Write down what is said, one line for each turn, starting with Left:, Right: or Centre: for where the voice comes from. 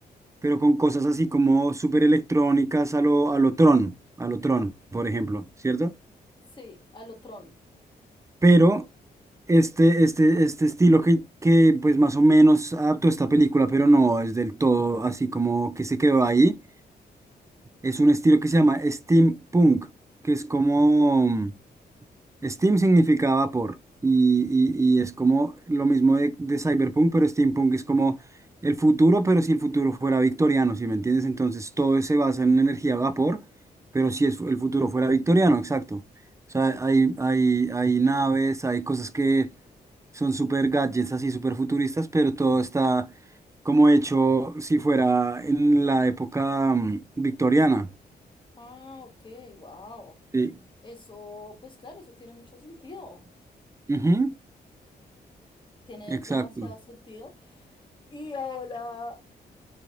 Right: pero con cosas así como súper electrónicas a lo, a lo Tron, a lo Tron, por ejemplo, ¿cierto?
Left: Sí, a lo Tron.
Right: Pero este, este, este estilo que, que pues más o menos adaptó esta película, pero no es del todo así como que se quedó ahí, es un estilo que se llama steampunk, que es como... Steam significaba por, y, y- y es como lo mismo de, de Cyberpunk, pero Steampunk es como el futuro, pero si el futuro fuera victoriano, si me entiendes? Entonces todo se basa en energía a vapor, pero si es- el futuro fuera victoriano, exacto. O sea, hay, hay, hay naves, hay cosas que son super gadgets, así super futuristas, pero todo está como hecho si fuera en la época mm, victoriana.
Left: Ah, ok, wow.
Right: Sí.
Left: Eso, pues claro, eso tiene mucho sentido.
Right: Ujú,
Left: Tiene
Right: exacto.
Left: demasiado sentido. Y ahora